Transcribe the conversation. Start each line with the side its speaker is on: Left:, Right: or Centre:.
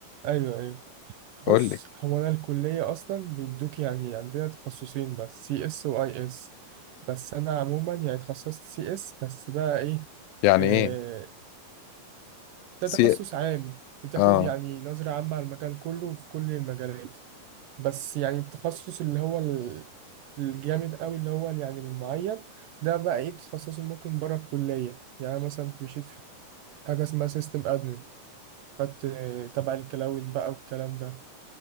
Right: ايوه ايوه بص
Left: قول لي
Right: هو انا الكليه اصلا بيدوك يعني عندنا تخصصين بس سي اس واي اس بس انا عموما يعني اتخصصت سي اس بس بقى ايه
Left: يعني
Right: آه،
Left: ايه
Right: ده تخصص
Left: سي
Right: عام بتاخد
Left: اه
Right: يعني نظره عامه على المجال كله في كل المجالات بس يعني التخصص اللي هو ال- الجامد قوي اللي هو يعني المعين ده بقى ايه بتتخصصه ممكن بره الكليه يعني أنا مثلا مشيت في حاجه اسمها سيستم ادمن خدت آه، تبع الكلاود بقى والكلام ده